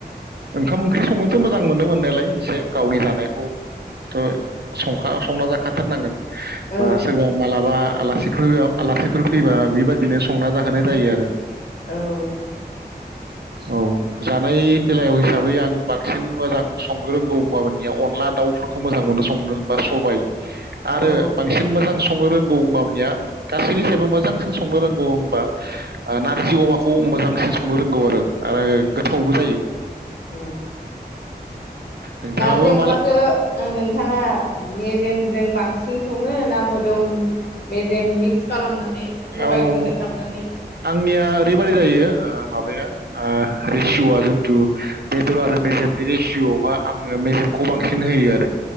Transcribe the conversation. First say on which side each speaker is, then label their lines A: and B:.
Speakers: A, on the right (about 70°); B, on the left (about 70°).
A: ओंखाम ओंख्रि संनोथ' मोजां मोनो मोननायालाय एसे गावनि जानायखौथ' संखा संना जाखाथारनांगोन बा
B: औ
A: सोरबा मालाबा आलासिफोर आलासिफोर फैबा बेबायदिनो संना जाहोनो जायो आरो।
B: औ
A: औ जानाय बेलायाव हिसाबै आं बांसिन मोजां संनो रोंगौ होनबाबनिया अनला दाउफोरखौ मोजां मोनो संनो बा सबाय आरो
B: औ
A: बांसिन मोजां संनो रोंगौ हबनिया गासैनि हिसाबैबो मोजांसिन संनो रोंगौ होनबा ओ नारजि अमाखौ मोजांसिन संनो रोंगौ आरो आरो गोथावबो जायो।
B: औ
A: नोंथाङाबो
B: नारजि अमाखौ
A: माला
B: ओ नों बिथाङा मेजेमजों बांसिन सङो ना मोदोम मेजेम मिक्स खालामनानै लगाय
A: औ
B: मोन्देर खालामनानै
A: आंनिया ओरैबायदि जायो ओ माबाया रेसिय'आ जिथु बेदर आरो मेजेमनि रेसिय'आवहा आङो मेजेमखौ बांसिन होयो आरो